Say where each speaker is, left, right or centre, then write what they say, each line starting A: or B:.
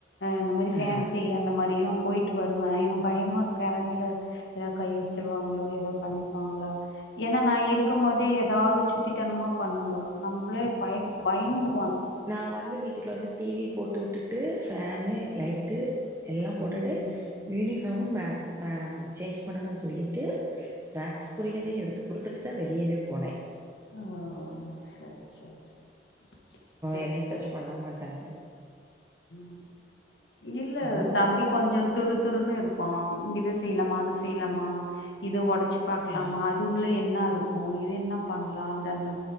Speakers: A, on the left; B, on the right.
A: இந்த மாதிரி ஃபேன்சி
B: ஆ
A: அந்த மாதிரிலாம் போயிட்டு வருவேன் ஏன்னா பயமா இருக்கும் கரண்ட்ல ஏதாவது கை வச்சிருவாங்களோ ஏத பண்ணிப்பாங்களா ஏன்னா நான் இருக்கும் போதே ஏதாவது சுட்டித்தனமா பண்ணுங்க நம்மளே பய பயந்து
B: நா வந்து வீட்டுக்குள்ள வந்து டிவி போட்டு விட்டு விட்டுட்டு பேஃனு லைட்டு எல்லாம் போட்டுட்டு
A: ம்.
B: யூனிஃப அ மேக் மே சேஞ்ச் பண்ணுங்கன்னு சொல்லிட்டு ஸ்நாக்ஸ் குறியதையும் எடுத்துக் கொடுத்துட்டு தான் வெளியவே போனேன்
A: ஆஹ சேர் சேர்
B: எதையும் டச் பண்ண மாட்டாங்க
A: <unintelligible> இல்ல
B: அதுவு
A: தம்பிக்
B: பக்கத்துல
A: கொஞ்சம் துரு துருன்னு இருப்ப அப்ப இத செய்யலாமா அதை செய்யலாமா இத உடைச்சு பாக்கலாமா
B: ஆ
A: அது உள்ள என்ன இருக்கும் இருக்கும் இது என்ன பண்ணலாம் அந்த